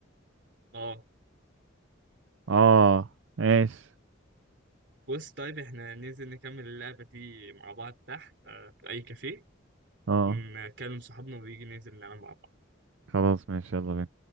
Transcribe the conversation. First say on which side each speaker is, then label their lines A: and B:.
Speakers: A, on the right; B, on the right.
A: اه
B: اه ماشي
A: بص طيب احنا ننزل نكمل اللعبة دي مع بعض تحت آه، في أي كافيه
B: اه
A: أمم، كلم صحابنا ويجي ننزل نلعب مع بعض
B: خلاص ماشي يلا بينا